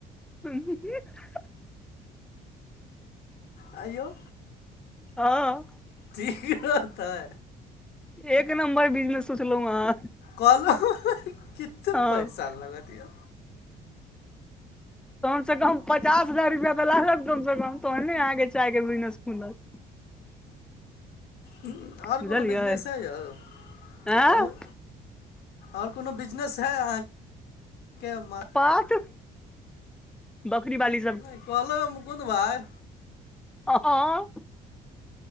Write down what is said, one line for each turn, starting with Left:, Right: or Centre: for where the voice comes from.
Centre: हुं- हुं -हुं
Left: आँय यौ।
Centre: हँ।
Left: ठीक रहतै।
Centre: एक नंबर बिजनेस सोचलौं आहाँ
Left: कहलहुँ कतेक
Centre: हँ।
Left: पैसा लागत यौ
Centre: कम से कम पचास हजार रुपया त लागत कम से कम तहने अहाँ के चाय के बिजनेस खुलत।
Left: उं और
Centre: बुझलियै
Left: कुनू बिजनेस हैयौ त
Centre: आँ
Left: कहु। और कुनू बिजनेस है अहाँ के मा
Centre: आ त बकरी बाली
Left: नै कहलौ मुकुन्द भाय
Centre: ह, हां।